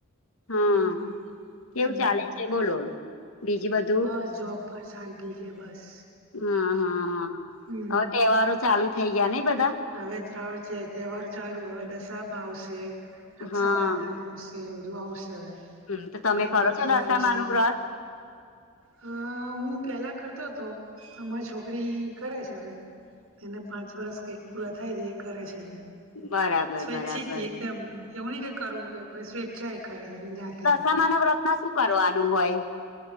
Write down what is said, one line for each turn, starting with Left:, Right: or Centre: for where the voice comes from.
Left: હા
Right: હમ
Left: કેવું
Right: હમ
Left: ચાલે, છે બોલો એમ, બીજી બધ
Right: બસ જોબ પર શાંતિ છે બસ
Left: હા હા હા
Right: હમ્મ
Left: હવે તહેવારો ચાલુ થઈ ગયા નહીં બધા?
Right: હવે શ્રાવણ છે તહેવારો ચાલુ, હવે દસામા આવશે, રક્ષાબંધન
Left: હા
Right: આવ શે, એ બધું આવશે હવે.
Left: હમ્મ, તો તમે
Right: ગણપતિ
Left: કરો છો દશામાનું
Right: આવશે
Left: વ્રત?
Right: હા, હું પહેલાં કરતો હતો, અમારી છોકરી કરે છે હવે, એને પાંચ વરષ કઈક પૂરા થાય તો એ કરે છે એને
Left: બરાબર
Right: સ્વૈચ્છિક
Left: બરાબર
Right: એકદમ, એવું નહી કે કરવું કે પર સ્વેચ્છા કરે એ જાતે,
Left: દસમા ના વ્રતમાં શું કરવાનું હોય?